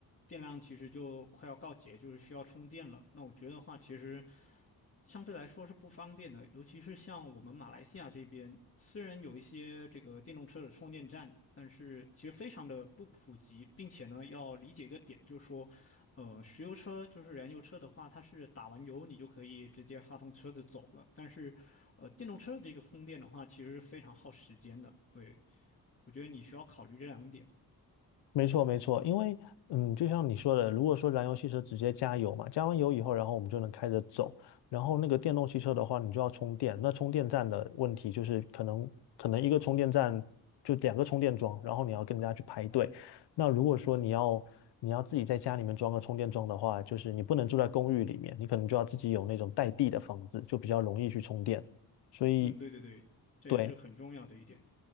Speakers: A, on the left; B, on the left.
A: 电量其实就快要告竭，就是需要充电了。那我觉得话，其实相对来说是不方便的，尤其是像我们马来西亚这边，虽然有一些这个电动车的充电站，但是其实非常的不普及，并且呢，要理解一个点，就是说，呃，石油车就是燃油车的话，它是打完油你就可以直接发动车子走了，但是，呃，电动车的这个充电的话，其实非常耗时间的。对，我觉得你需要考虑这两点。
B: 没错，没错，因为嗯，就像你说的，如果说燃油汽车直接加油嘛，加完油以后，然后我们就能开着走。然后那个电动汽车的话，你就要充电。那充电站的问题就是，可能可能一个充电站就两个充电桩，然后你要跟人家去排队。那如果说你要你要自己在家里面装个充电桩的话，就是你不能住在公寓里面，你可能就要自己有那种带地的房子，就比较容易去充电。所以，
A: 嗯，对对对，这也是很重要的一点。
B: 对，